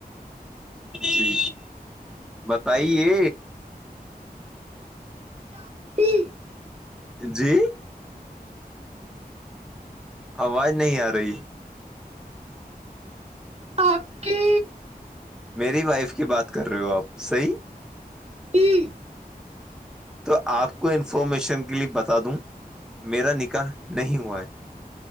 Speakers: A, in the centre; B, on the right.
A: جی بتائیے
B: جی آپ کی
A: جی آواز نہیں آ رہی
B: آپ کی
A: میری وائف کی بات کر رہے ہو آپ صحیح
B: جی
A: تو آپ کو انفارمیشن کے لیے بتا دوں میرا نکاح نہیں ہوا ہے